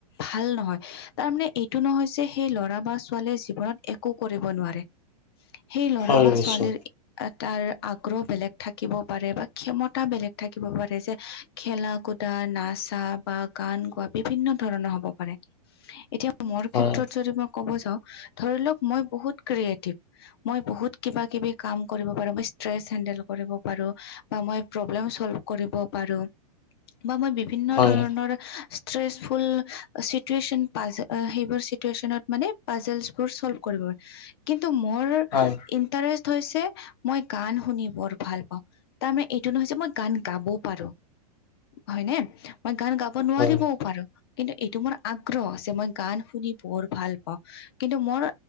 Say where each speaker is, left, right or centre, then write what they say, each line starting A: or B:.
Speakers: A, on the left (about 40°); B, on the left (about 85°).
A: ভাল নহয়। তাৰমানে এইটো নহয় যে সেই লৰা বা ছোৱালীয়ে জীৱনত একো কৰিব নোৱাৰে সেই ল'ৰা
B: হয়
A: বা
B: নিশ্চয়
A: ছোৱালীৰ এ তাৰ আগ্ৰহ বেলেগ থাকিব পাৰে বা ক্ষমতা বেলেগ থাকিব পাৰে যে খেলা, কুদা, নাচা বা গান গোৱা বিভিন্ন ধৰণৰ হব পাৰে, এতিয়া মোৰ
B: হয়
A: ক্ষেত্ৰত যদি মই ক'ব যাও ধৰি লওক মই বহুত ক্ৰিয়েটিভ মই বহুত কিবা কিবি কাম কৰিব পাৰো মই ষ্ট্ৰেচ হেন্দেল কৰিব পাৰো বা মই প্ৰব্লেম চল্ফ কৰিব পাৰো বা মই বিভি ভিন্ন
B: হয়
A: ধৰণৰ ষ্ট্ৰেচফুল চিটুৱেচন পাছ সেইবোৰ চিটুৱেচনত মানে পাজেলছোৰ চলভ কৰিব মোৰ
B: হয়
A: ইন্টাৰেচ হৈছে মই গান শুনি বৰ ভাল পাওঁ তাৰমানে এইটো নহয় যে মই গান গাবও পাৰো। হয় নে মই গান গাব নোৱাৰিবও
B: হয়
A: পাৰো। কিন্তু এইটো মোৰ আগ্ৰহ যে মই গান শুনি বৰ ভাল পাওঁ। কিন্তু মোৰ